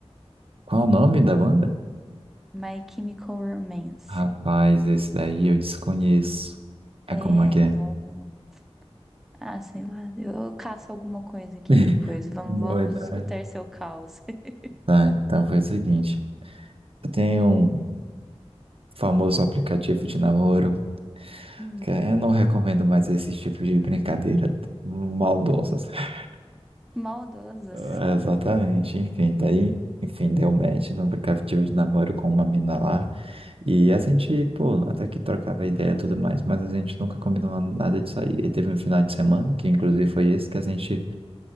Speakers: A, on the right; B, in the centre.
A: Qual o nome da banda?
B: My Chemical Romance.
A: Rapaz, esse daí eu desconheço. É
B: É,
A: como é que é?
B: não. Ah, sei lá. Eu, eu caço alguma coisa aqui
A: <laughs>
B: depois. Vamos,
A: Boa
B: vamos
A: ideia.
B: escutar seu caos. <laughs>
A: Tá, então foi o seguinte. Tem um famoso aplicativo de namoro,
B: Hum,
A: que eu não recomendo mais esse tipo de brincadeira maldosas. <laughs>
B: maldosas.
A: É, Exatamente, enfim, daí, enfim, deu match no aplicativo de namoro com uma mina lá. E a gente, pô, até que trocava ideia e tudo mais, mas a gente nunca combinou nada de sair. E teve um final de semana, que inclusive foi esse, que a gente